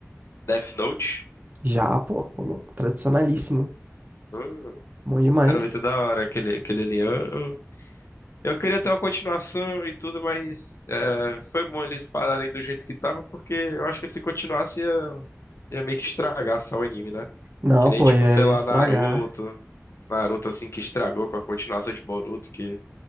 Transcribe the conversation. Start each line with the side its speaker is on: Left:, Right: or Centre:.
Left: Death Note?
Right: já, pô, ô louco, tradicionalíssimo.
Left: Hum,
Right: Bom demais.
Left: cara, muito da hora aquele, aquele ali. Eu, eu, eu queria ter uma continuação e tudo, mas é, foi bom eles pararem do jeito que tava, porque eu acho que se continuasse ia, ia meio que estragar só o anime, né?
Right: Não,
Left: Que nem,
Right: pô,
Left: tipo,
Right: ia
Left: sei
Right: estragar.
Left: lá, Naruto. Naruto assim que estragou com a continuação de Boruto, que